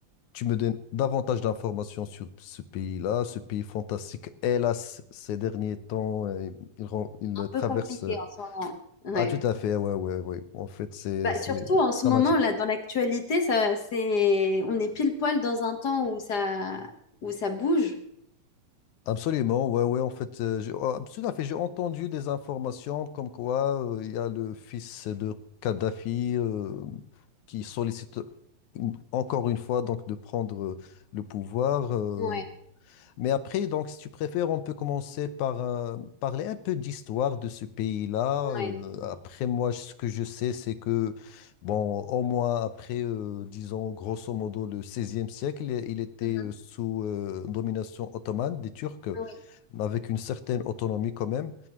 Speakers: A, on the left; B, on the left.
A: tu me donnes davantage d'informations sur ce pays-là, ce pays fantastique. Hélas, ces derniers temps, euh, il, ren- il
B: Un
A: traverse.
B: peu compliqué
A: euh,
B: en ce moment. ouais.
A: Ah, tout à fait, ouais, ouais, ouais. En fait, c'est
B: Bah,
A: c'est
B: surtout en ce
A: dramatique.
B: moment, là, dans l'actualité, ça, c'est, on est pile poil dans un temps où ça, où ça bouge.
A: Absolument, ouais, ouais, en fait, euh, j'ai- oh, tout à fait, j'ai entendu des informations comme quoi euh, il y a le fils de Kadhafi euh, qui sollicite une- encore une fois donc de prendre euh, le pouvoir. euh.
B: Ouais,
A: Mais après, donc, si tu préfères, on peut commencer par euh, parler un peu d'histoire de ce pays-là.
B: ouais.
A: euh. après, moi, ce que je sais, c'est que, bon, au moins après, euh, disons, grosso modo, le 16 siècle, il il était
B: Mhm.
A: euh, sous euh, domination ottomane des Turcs
B: Oui,
A: mais avec une certaine autonomie quand même.